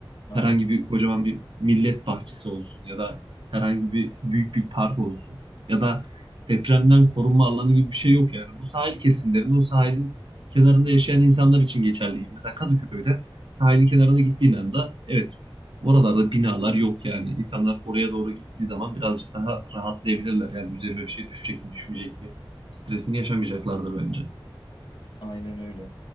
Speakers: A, on the left; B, on the right.
A: Aynen,
B: Herhangi bir kocaman bir millet bahçesi olsun ya da herhangi bir büyük bir park olsun ya da depremden korunma alanı gibi bir şey yok yani. Bu sahil kesimlerinde o sahilin kenarında yaşayan insanlar için geçerli Mesela Kadıköy'de sahilin kenarına gittiğin anda evet oralarda binalar yok yani. İnsanlar oraya doğru gittiği zaman birazcık daha rahatlayabilirler. Yani üzerime bir şey düşecek mi düşmeyecek mi stresini yaşamayacaklardır bence.
A: aynen öyle.